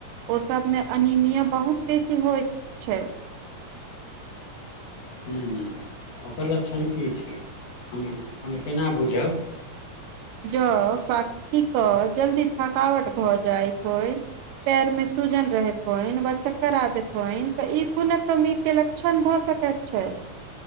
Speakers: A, on the right; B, on the left.
A: ओ सब में एनीमिया बहुत बेसी होयत छै।
B: हुं ओकर लक्षण की छै, हम हम केना बुझब?
A: ज बाकी क जल्दी थकावट भऽ जाइत होय पैर मे सूजन रहैत होईन वा चक्कर आबैत होइन तऽ ई खुनक कमी के लक्षण क्षण भऽ सकैत छै।